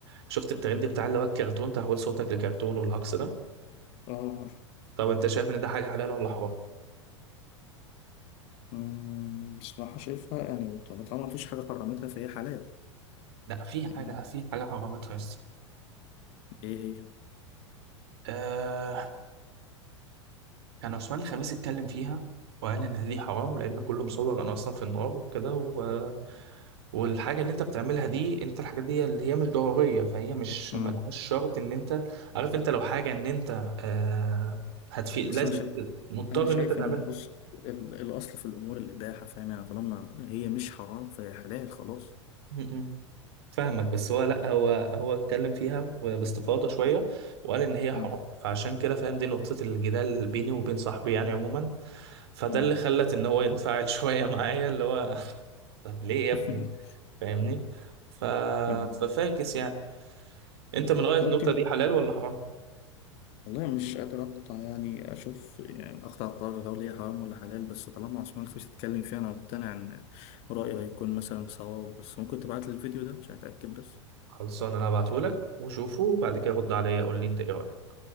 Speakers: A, on the right (about 55°); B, on the left (about 40°).
A: شفت الترند بتاع اللي هو الكرتون تحول صوتك لكرتون والهجص ده
B: آه، عارف.
A: طب انت شايف ان ده حاجه حلال ولا حرام
B: مم، بصراحه شايفها يعني طب- طالما مفيش حاجه حرمتها فهي حلال
A: لا في حاجه
B: يعني
A: في حاجه حرامتها
B: ايه هي
A: يس كان عثمان الخميس اتكلم فيها وقال ان دي حرام لان كله مصور انا اصلا في النار وكده و... والحاجه اللي انت بتعملها دي انت الحاجات دي اللي هي مش ضروريه فهي مش
B: مم.
A: ملهاش شرط ان انت عارف انت لو حاجه ان انت آه هتفيد
B: بس
A: لازم
B: انا شايف
A: مضطر
B: انا شايف
A: ان انت تعملها
B: ان بص ال- الاصل في الامور الاباحه فاهم يعني طالما هي مش حرام فهي حلال خلاص
A: م- م. فاهمك بس هو لا هو هو اتكلم فيها باستفاضه شويه وقال ان هي حرام
B: مم.
A: فعشان كده فاهم دي نقطه الجدال بيني وبين صاحبي يعني عموما فده
B: مم.
A: اللي خلت ان هو ينفعل <laughs> شويه معايا اللي هو <laughs> طب ليه يا
B: <laughs>
A: ابني فاهمني ف...
B: تمام.
A: ففاكس يعني انت من غاية
B: ممكن
A: النقطة دي حلال ولا حرام
B: والله مش قادر أقطع يعني أشوف يعني أقطع قرار هل هي حرام ولا حلال بس طالما عثمان الخفيف اتكلم فيها أنا مقتنع إن رأيه هيكون مثلا صواب بس ممكن تبعت لي الفيديو ده عشان أتأكد بس
A: خلصان انا هبعتهولك وشوفه وبعد كده رد عليا قول لي انت ايه رأيك